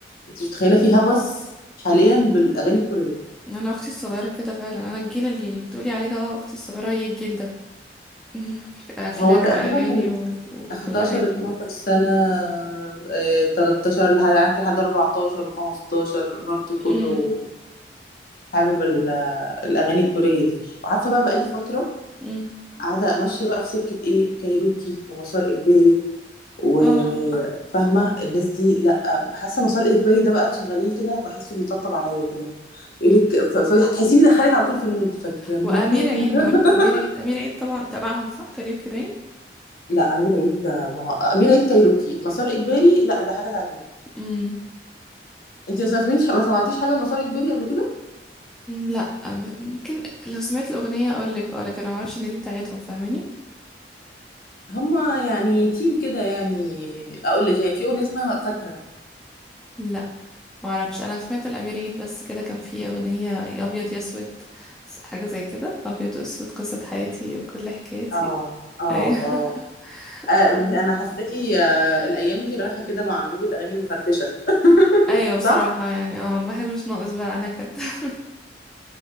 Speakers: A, on the left; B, in the centre.
A: انت مش متخيله في هوس حاليا بالاغاني الكوريه
B: انا اختي الصغيره كده فعلا انا الجيل اللي بتقولي عليه ده اه اختي الصغيره هي الجيل ده <laughs> افلام
A: هو تقريبا
B: واغاني
A: ال
B: و... وكل
A: 11
B: حاجه
A: 12 سنه آه، 13 لحد لحد 14 و15 برضه كله
B: امم
A: حابب ال- الاغاني الكوريه دي وعارفه بقى بقالي فتره
B: امم
A: قاعده ماشيه بقى في سكه ايه كايروكي ومسار اجباري وفاهمه
B: اه
A: الناس دي لا حاسه مسار اجباري ده بقى تشغليه كده بحسه بيطبطب عليا كده يقول لك فهتحسيه بيدخلك على طول في المود فاكره ما
B: وامير
A: كنا
B: عيد
A: <laughs>
B: برضو امير عيد امير عيد طبعا تبعهم صح كاريوكي باين
A: لا امير عيد ده ما هو امير عيد كايروكي مسار اجباري لا ده حاجه تانية
B: امم
A: انت ما سمعتيش ما سمعتيش حاجه لمسار اجباري قبل كده
B: لا أم- ممكن لو سمعت الاغنيه اقول لك اه لكن انا ما اعرفش ان دي بتاعتهم فاهماني
A: هما يعني تيم كده يعني اقول لك يعني في اغنيه اسمها فاكره
B: لا ما اعرفش انا سمعت الامير عيد بس كده كان فيه اغنيه يا ابيض يا اسود س- حاجه زي كده ابيض واسود قصه حياتي وكل حكايتي
A: اه اه
B: ايوه
A: اه
B: <laughs>
A: آه،
B: أه.
A: انا حاساكي آه، الايام دي رايحه كده مع المود الاغاني المفرفشه
B: ايوه بصراحه
A: صح
B: يعني اه الواحد مش ناقص بقى انا كده <laughs>